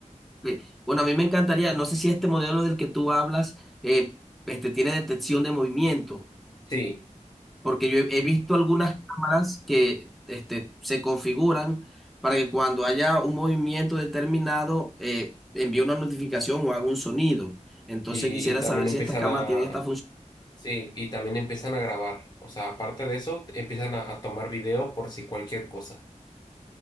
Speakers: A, in the centre; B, on the left (about 30°).
A: Eh, Bueno, a mí me encantaría, no sé si este modelo del que tú hablas eh, este, tiene detección de movimiento,
B: Sí,
A: porque yo he, he visto algunas cámaras que este, se configuran para que cuando haya un movimiento determinado eh, envíe una notificación o haga un sonido. Entonces
B: y,
A: quisiera
B: y también
A: saber
B: empiezan
A: si estas cámaras
B: a,
A: tienen esta función.
B: sí, y también empiezan a grabar, o sea, aparte de eso, empiezan a, a tomar video por si cualquier cosa.